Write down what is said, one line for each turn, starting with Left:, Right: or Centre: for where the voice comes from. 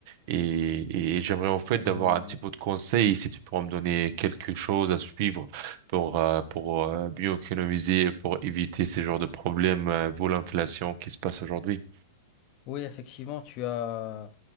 Right: et, et j'aimerais en fait
Left: Euh,
Right: d'avoir un petit peu de conseils si tu pourras me donner quelque chose à suivre pour, euh, pour euh, mieux économiser, et pour éviter ces genres de problèmes, euh, vu l'inflation qui se passe aujourd'hui.
Left: Oui, effectivement, tu as,